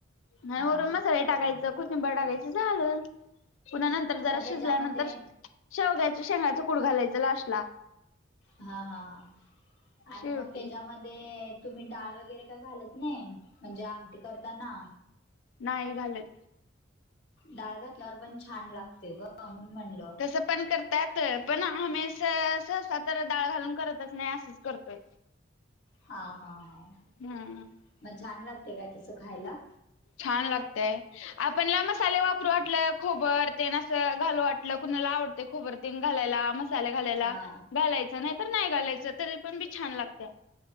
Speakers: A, on the left; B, on the left.
A: आणि
B: हा
A: वरून मसाले टाकायचं खु बडाकाायचं झालं पुन्हा नंतर जरा
B: मग त्याच्यामध्ये
A: शिजल्यानंतर. शेवग्याच्या शेंगाच कुट घालायचं लास्टला.
B: हा हा हा आणि
A: शेवटी
B: मग तेज्या मध्ये तुम्ही डाळ वगैरे काय घालत नाही म्हणजे आमटी करताना.
A: नाही घालत.
B: डाळ घातल्यावर पण छान लागते ग म्हणून म्हण
A: तसं. पण करतात पण आम्ही असं सहज तर डाळ घालून करतच नाही असंच करतोय.
B: हा हा हा
A: हम्म
B: मग छान लागते काय तस खायला.
A: छान लागतय. आपणला मसाले वापरू वाटलं खोबर ते नास घालव वाटलं कुणाला आवड ते खोबरतीन घालायला म साल्या घालायला
B: हा
A: घालायच नाही तर नाही घालायचं तरी पण बी छान लागते.